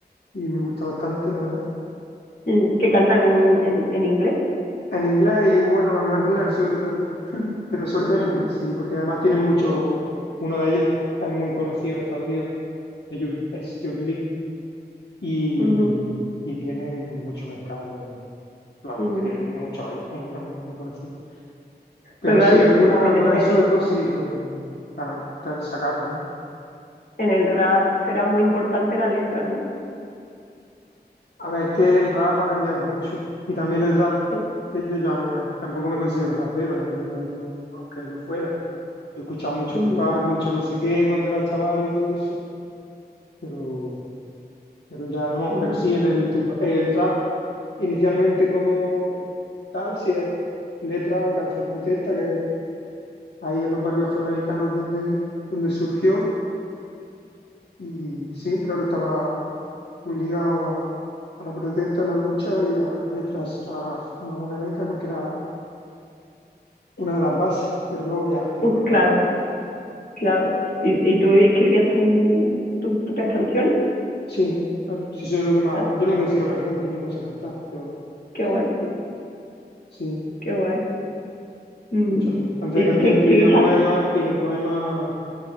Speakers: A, on the left; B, on the left.
A: y me gusta bastante, la verdad.
B: Mm, ¿Que cantan en, en, en inglés?
A: En inglés y bueno, en algunas en sueco también, <laughs> pero sobre todo
B: Mm,
A: en inglés, sí, porque además tienen mucho,
B: ya.
A: uno de ellos es muy conocido en Estados Unidos, que Jul- es Jurlin y,
B: Ujú,
A: y tiene mucho mercado, vamos,
B: mm.
A: que tiene mucho, muy, muy conocido. Pero
B: Pues claro,
A: sí,
B: yo
A: alguna
B: supongo
A: algunas
B: en, eh,
A: en sueco sí pueden ganar- sacar también.
B: en el rap será muy importante la letra, ¿no?
A: A ver, es que el rap ha cambiado mucho. Y también el rap,
B: Sí.
A: que yo ya no, me- tampoco me considero rapero en realidad, yo, aunque lo fuera. Yo he escuchado mucho
B: ujú,
A: Tupac, mucho no sé qué cuando era chaval y todo eso, pero, pero ya no.
B: ujú.
A: Pero sí, en el, Tup- el rap, inicialmente como tal, si es letra o canción protesta, que ahí en los barrios afroamericanos donde, donde surgió. Y sí, claro, estaba muy ligado a, a la protesta, a la lucha y a letras, a una buena letra, porque era una de las bases, pero luego ya ha ido
B: Mm,
A: cambiando.
B: Claro, claro. ¿Y, y tú escribías tu, tus propias canciones?
A: Sí, claro, sí, soy lo que más.
B: Ah,
A: Yo no me considero cantante, yo no sé cantar. Yo,
B: qué
A: sí,
B: guay,
A: sí, sí.
B: qué guay. Mm.
A: De hecho, an- antes
B: ¿Y
A: de canción
B: si-
A: escribía
B: sigues
A: poemas
B: a-
A: y de poemas,